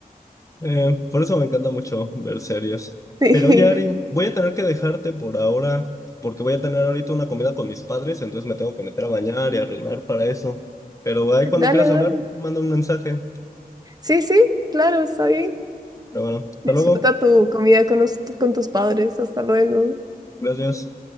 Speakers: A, on the left; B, on the right.
A: Eh, por eso me encanta mucho ver series.
B: Sí,
A: Pero oye, Ari, voy a tener que dejarte por ahora, porque voy a tener ahorita una comida con mis padres, entonces me tengo que meter a bañar y arreglar para eso. Pero ahí cuando
B: dale,
A: quieras
B: dale.
A: hablar, manda un mensaje.
B: Sí, sí, claro, está bien.
A: Pero bueno, hasta
B: Disfruta
A: luego.
B: tu comida con, los- con tus padres. Hasta luego.
A: Gracias.